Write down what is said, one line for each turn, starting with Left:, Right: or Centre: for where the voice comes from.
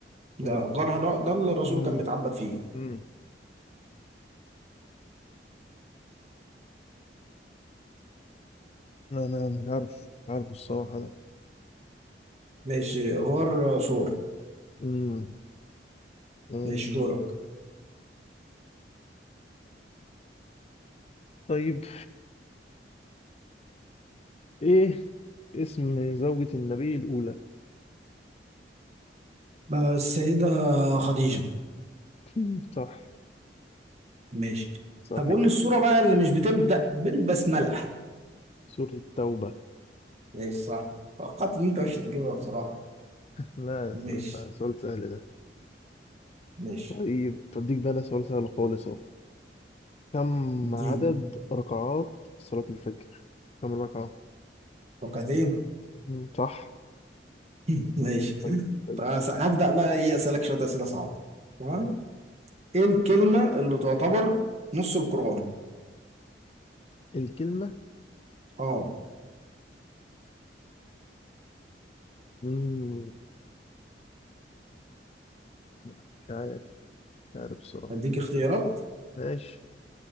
Right: ده
Left: غير
Right: غار حراء ده اللي الرسول
Left: مم.
Right: كان بيتعبد فيه
Left: مم. لا أنا مش عارف مش عارف الصراحة ده
Right: ماشي غار صور
Left: مم. ماشي
Right: ماشي دورك
Left: طيب إيه اسم زوجة النبي الأولى
Right: آه، السيدة خديجة
Left: <laughs> مم. صح
Right: ماشي
Left: صح
Right: طب قول
Left: جدا
Right: لي الصورة بقى اللي مش بتبدأ بالبسملة
Left: سورة التوبة
Right: ماشي صح توقعت ان انت مش هتجيبها بصراحة
Left: لا
Right: ماشي
Left: س- س- سؤال سهل ده
Right: ماشي
Left: طيب بديك بقى أنا سؤال سهل خالص أهو كم
Right: اديني
Left: عدد ركعات صلاة الفجر كم ركعة
Right: ركعتين
Left: مم. صح
Right: <laughs> ماشي
Left: طيب، طيب.
Right: طب هس- هبدأ بقى ايه اسألك شوية أسئلة صعبة تمام
Left: طيب.
Right: ايه الكلمة اللي تعتبر نص القرآن
Left: الكلمة
Right: اه
Left: مم. لا، مش عارف مش عارف الصراحة
Right: اديك اختيارات
Left: ماشي